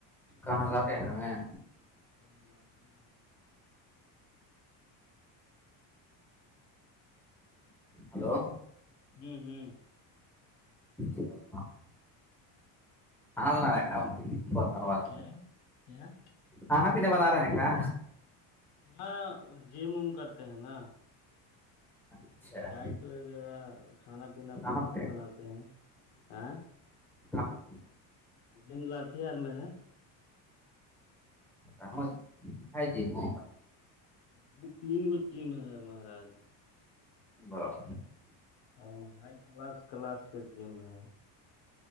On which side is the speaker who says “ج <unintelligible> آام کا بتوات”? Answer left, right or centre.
Centre